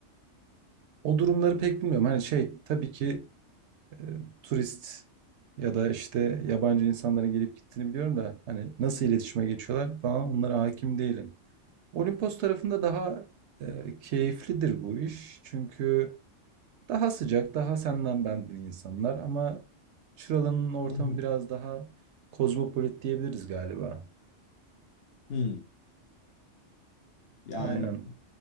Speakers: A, on the right; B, on the left.
A: o durumları pek bilmiyorum. Hani şey tabii ki e, turist ya da işte yabancı insanların gelip gittiğini biliyorum da hani nasıl iletişime geçiyorlar falan onlara hakim değilim. Olimpos tarafında daha e, keyiflidir bu iş. Çünkü daha sıcak, daha senden benden insanlar ama Çıralı'nın ortamı
B: hı hı.
A: biraz daha kozmopolit diyebiliriz galiba.
B: Hmm. Yani
A: Aynen.